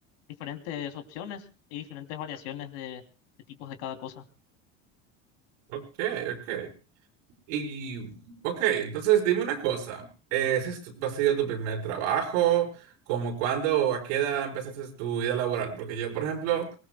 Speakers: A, on the left (about 75°); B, on the right (about 80°).
A: diferentes opciones y diferentes variaciones de, de tipos de cada cosa.
B: Ok, ok. Y, ok, entonces dime una cosa, eh, ¿ese es tu- ha sido tu primer trabajo? ¿Cómo cuándo, a qué edad empezaste tu vida laboral? Porque yo, por ejemplo,